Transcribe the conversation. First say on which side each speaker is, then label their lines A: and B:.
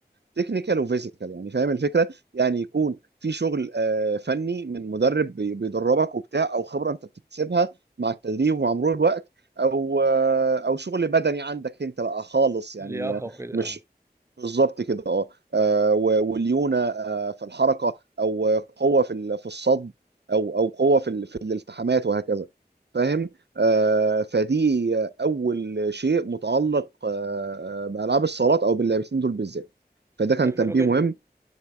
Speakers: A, on the right; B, on the right.
A: تكنيكال وفيزيكال يعني فاهم الفكره يعني يكون في شغل آه، فني من مدرب بي- بيدربك وبتاع او خبره انت بتكتسبها مع التدريب ومع مرور الوقت او آه، او شغل بدني عندك انت بقى خالص يعني
B: لياقة
A: آه،
B: وكده
A: مش
B: اه
A: بالظبط كده اه آه، و- والليونه آه، في الحركه او قوه في ال- في الصد او او قوه في ال- في الالتحامات وهكذا فاهم آه، فدي اول شيء متعلق آه، آه، بالعاب الصالات او باللاعبين دول بالذات فده
B: طيب
A: كان
B: حلو
A: تنبيه
B: جدا
A: مهم